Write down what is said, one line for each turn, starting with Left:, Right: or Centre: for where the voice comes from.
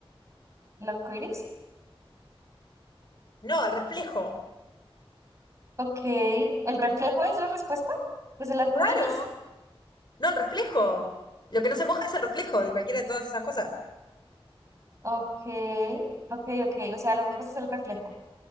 Right: El arco iris.
Left: No, el reflejo.
Right: Ok. ¿El reflejo es la respuesta? Pues el arco
Left: Claro.
Right: iris.
Left: No, el reflejo. Lo que no se moja es el reflejo de cualquiera de todas esas cosas.
Right: Ok. Ok, ok. O sea, la respuesta es el reflejo.